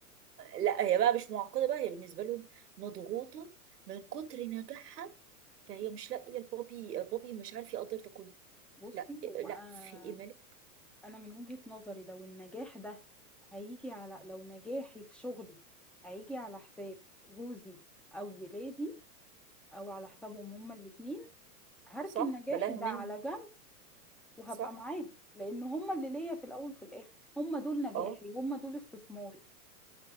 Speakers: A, on the right (about 85°); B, in the centre.
A: لا هي بقى مش معقده بقى هي بالنسبه لهم مضغوطه من كتر نجاحها فهي مش لاقيه البوبي بوبي مش عارف يقدر ده كله
B: بصي
A: لا
B: هو
A: لا
B: انا
A: في ايه مالك
B: أنا من وجهة نظري لو النجاح ده هيجي على لو نجاحي في شغلي هيجي على حساب جوزي او ولادي او على حسابهم هما الاتنين هركن
A: صح
B: نجاحي
A: بلاها
B: ده
A: منه
B: على جنب وهبقى
A: صح
B: معاهم لان هما اللي ليا في الاول وفي الاخر هما دول نجاحي
A: اه
B: هما دول استثماري